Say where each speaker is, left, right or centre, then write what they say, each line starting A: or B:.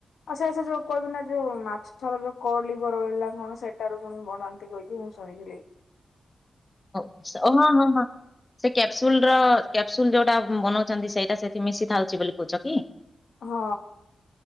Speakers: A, on the left (about 80°); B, on the left (about 25°).
A: ଆଉ ସେ ସେ ଯୋଉ କହିବି ନା ଯୋଉ ମାଛର ଯୋଉ କ ଲିବ ରହିଲା କଣ ସେଟାରୁ ପୁଣି ବନାନ୍ତି କହିି ହଁ ଶୋହିଲିଲି।
B: ହୋଉ ହଁ ହଁ ହଁ। ସେ କ୍ୟାପସୁଲ୍ ର କ୍ୟାପସୁଲ୍ ଯେଉଟା ବନୋଉଚନ୍ତି ସେଇଟା ସେଇଠି ମିଶିଥାଉଚି ବୋଲି କୋହୁଚ କି?
A: ହଁ